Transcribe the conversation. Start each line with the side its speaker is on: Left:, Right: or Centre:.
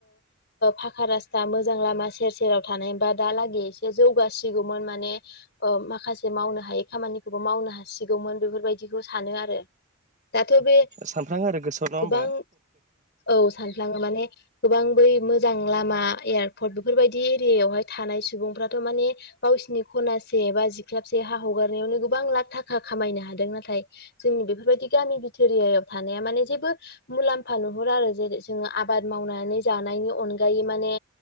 Left: फाखा रासता मोजां लामा सेर सेराव थानाय बा दालागै एसे जौगासिगौमोन माने माखासे मावनो हायै खामानिखौबो मावनो हासिगौमोन बेफोरबायदिखौ सानो आरो। दाथ' बे
Right: सानफ्राङो आरो गोसोआव नङा
Left: गोबां
Right: होमबा
Left: औ सान लश माने गोबां बै मोजां लामा एयारपर्ट बेफोरबायदि एरियायावहाय थानाय सुबुंफ्राथ' माने गावसिनि खनासे बा जिख्लाबसे हा हगारनायावनो गोबां लाख थाखा खामायनो हादों नाथाय जोंनि बेफोरबायाददि गामि बिथोरियाव थानाया माने जेबो मुलाम्फा नुहर आरो जेरै जो आबाद मावनानै ज नायनि अनगायै माने